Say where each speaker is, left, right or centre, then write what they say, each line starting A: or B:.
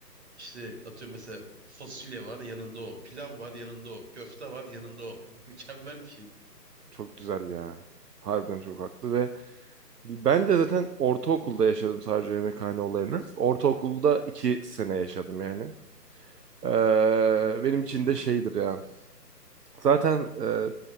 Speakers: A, on the right (about 40°); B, on the right (about 70°).
A: İşte atıyorum mesela fasulye var yanında o. Pilav var yanında o. Köfte var yanında o. <laughs> Mükemmel bir şey.
B: çok güzel ya. Harbiden çok haklı ve ben de zaten ortaokulda yaşadım sadece yemekhane olayını. Ortaokulda iki sene yaşadım yani. Ee, benim için de şeydir ya. Zaten e,